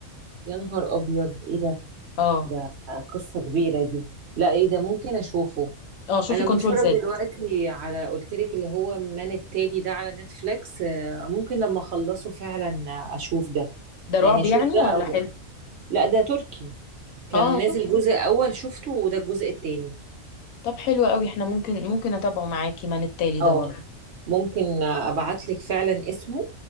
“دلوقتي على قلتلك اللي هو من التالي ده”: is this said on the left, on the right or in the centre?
Right